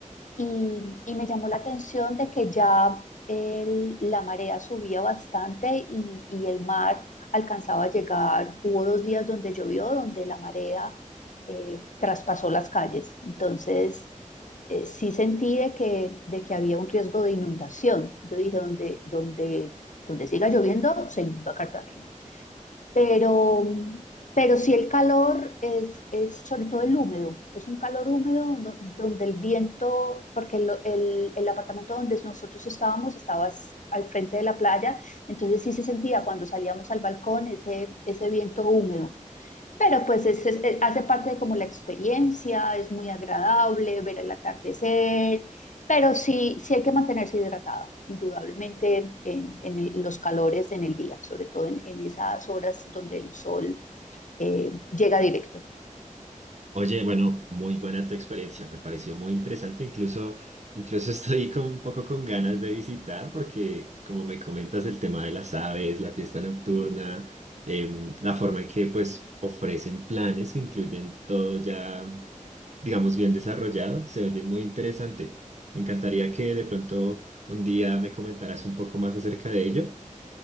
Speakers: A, on the left; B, on the right.
A: Y, y me llamó la atención de que ya el- la marea subía bastante y, y el mar alcanzaba a llegar. Hubo dos días donde llovió, donde la marea eh, traspasó las calles. Entonces, eh, sí sentí de que, de que había un riesgo de inundación. Yo dije, donde, donde, donde siga lloviendo, se inunda Cartagena. Pero, pero sí el calor es, es sobre todo el húmedo, es un calor húmedo do- donde el viento, porque el, el- el apartamento donde nosotros estábamos estaba s- al frente de la playa, entonces sí se sentía cuando salíamos al balcón ese, ese viento húmedo. Pero pues es- es- eh, hace parte de como la experiencia, es muy agradable ver el atardecer, pero sí, sí hay que mantenerse hidratado, indudablemente en, en el- los calores en el día, sobre todo en, en esas horas donde el sol eh, llega directo.
B: Oye, bueno, muy buena tu experiencia, me pareció muy interesante, incluso, incluso <laughs> estoy con, un poco con ganas de visitar porque como me comentas el tema de las aves, la fiesta nocturna, em, la forma en que pues ofrecen planes que incluyen todo ya, digamos, bien desarrollado, se oye muy interesante. Me encantaría que de pronto un día me comentaras un poco más acerca de ello,